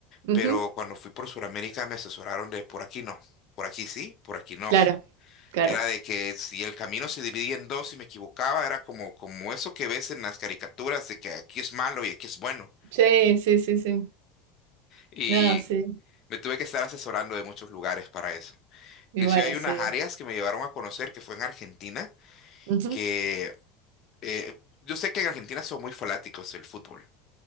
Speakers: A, on the right (about 80°); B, on the left (about 40°).
A: ujú,
B: pero cuando fui por Sudamérica me asesoraron de por aquí no, por aquí sí, por aquí no.
A: Claro, claro.
B: Era de que si el camino se dividía en dos y me equivocaba, era como, como eso que ves en las caricaturas de que aquí es malo y aquí es bueno.
A: Sí, sí, sí, sí.
B: Y
A: No, sí.
B: me tuve que estar asesorando de muchos lugares para eso.
A: Y
B: Inclusive
A: bueno,
B: hay unas
A: sí.
B: áreas que me llevaron a conocer que fue en Argentina,
A: Ujú,
B: que eh, yo sé que en Argentina son muy fanáticos del fútbol.